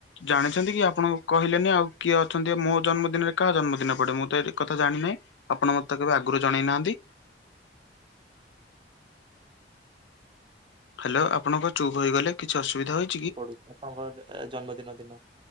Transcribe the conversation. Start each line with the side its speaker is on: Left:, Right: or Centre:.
Left: ଜାଣିଛନ୍ତି କି ଆପଣ କହିଲେନି ଆଉ କିଏ ଅ ଛନ୍ତି ମୋ ଜନ୍ମଦିନରେ କାହା ଜନ୍ମଦିନ ପଡେ ମୁଁ ତ ଏ କଥା ଜାଣିି ନାହିଁ ଆପଣ ମତେ କେବେ ଆଗରୁ ଜଣେଇନାହାନ୍ତି। ହାଲୋ ଆପଣ କଁ ଚୁପ୍ ହୋଇଗଲେ କିଛି ଅସୁବିଧା ହୋଇ
Right: ପଡୁଛି ଆପଣଙ୍କ ଜନ୍ମଦିନ ଦିନ